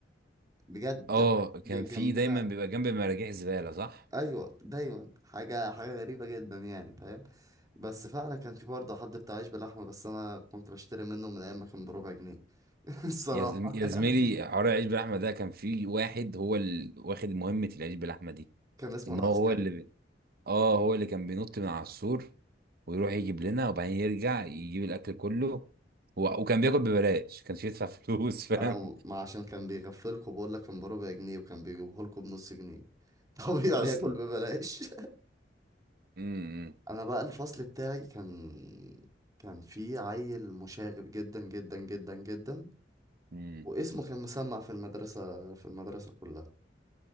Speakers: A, on the right; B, on the right.
A: بجد
B: اه
A: حاجة
B: كان
A: جنبنا
B: في دايما بيبقى جنب مراجيح زباله صح
A: ايوه دايما حاجه حاجه غريبه جدا يعني فاهم بس فعلا كان في برضه حد بتاع عيش بلحمه بس انا كنت بشتري منه من ايام ما كان بربع جنيه <laughs> الصراحه
B: يا زم- يا
A: يعني
B: زميلي حوار العيش باللحمه ده كان في واحد هو اللي واخد مهمه العيش باللحمه دي
A: كان اسمه
B: ان
A: العسكري
B: هو هو اللي ب... اه هو اللي كان بينط من على السور ويروح يجيب لنا وبعدين يرجع يجيب الاكل كله و... وكان بياكل ببلاش كانش يدفع فلوس <laughs> فاهم
A: انا ما عشان كان بيغفلكوا بقول لك كان بربع جنيه وكان بيجيبه لكم بنص جنيه <laughs> طبيعي
B: اصلا
A: ياكل ببلاش
B: امم
A: انا بقى الفصل بتاعي كان كان في عيل مشاغب جدا جدا جدا جدا
B: امم
A: واسمه كان مسمع في المدرسه في المدرسه كلها